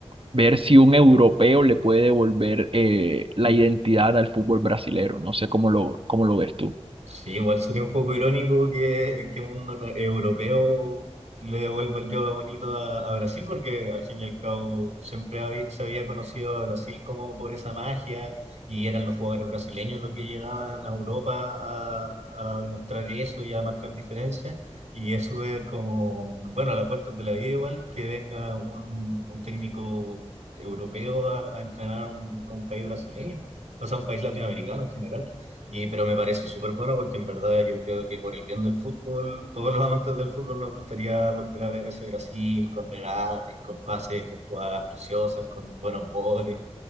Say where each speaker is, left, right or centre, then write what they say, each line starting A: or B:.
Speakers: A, on the right; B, on the right.
A: ver si un europeo le puede devolver eh, la identidad al fútbol brasilero. No sé cómo lo, cómo lo ves tú.
B: Sí, igual sería un poco irónico que, que un europeo le devuelva el yoga bonito a, a Brasil, porque al fin y al cabo siempre habi- se había conocido a Brasil como por esa magia y eran los jugadores brasileños los que llegaban a Europa a, a demostrar eso y a marcar diferencias. Y eso ver como, bueno, a las puertas de la vida igual, que venga un, un técnico europeo a, a entrenar a un a un país brasileño, o sea, un país latinoamericano en general. Y, pero me parece súper bueno porque en verdad yo creo que por el bien del fútbol, todos los amantes del fútbol nos gustaría volver a ver a ese Brasil con regates, con pases, con jugadas preciosas, con buenos goles.